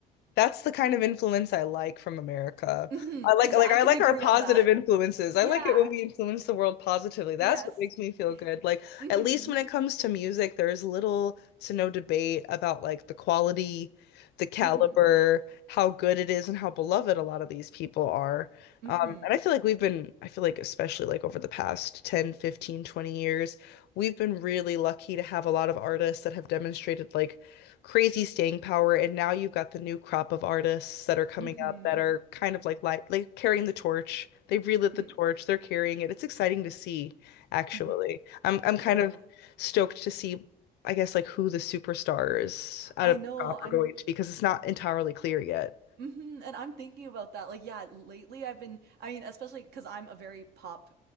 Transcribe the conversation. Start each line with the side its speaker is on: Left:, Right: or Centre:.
Left: That's the kind of influence I like from America.
Right: hmm
Left: I like
Right: Exa
Left: like
Right: I
Left: I
Right: can
Left: like
Right: agree
Left: our positive
Right: on that.
Left: influences. I
Right: Yeah.
Left: like it when we influence the world positively. That's
Right: Yes.
Left: what makes me feel good. Like
Right: hmm
Left: at least when it comes to music, there's little to no debate about like the quality, the caliber,
Right: hmm
Left: how good it is, and how beloved a lot of these people are.
Right: hmm
Left: Um, and I feel like we've been, I feel like especially like over the past 10, 15, 20 years, we've been really lucky to have a lot of artists that have demonstrated like crazy staying power. And now you've got the new crop of artists that are coming
Right: hmm
Left: up that are kind of like light, like carrying the torch. They've relit the
Right: hmm
Left: torch. They're carrying it. It's exciting to see, actually.
Right: hmm
Left: I'm I'm kind
Right: Yeah.
Left: of stoked to see, I guess, like who the superstars out
Right: I
Left: of
Right: know.
Left: the crop
Right: I'm
Left: are going to be because it's not entirely clear yet.
Right: hmm And I'm thinking about that. Like, yeah, lately I've been, I mean, especially because I'm a very pop